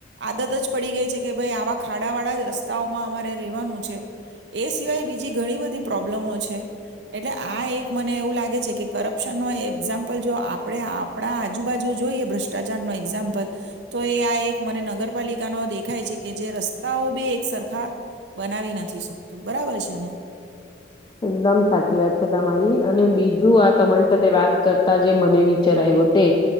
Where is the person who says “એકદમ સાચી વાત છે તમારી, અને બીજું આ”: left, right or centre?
Left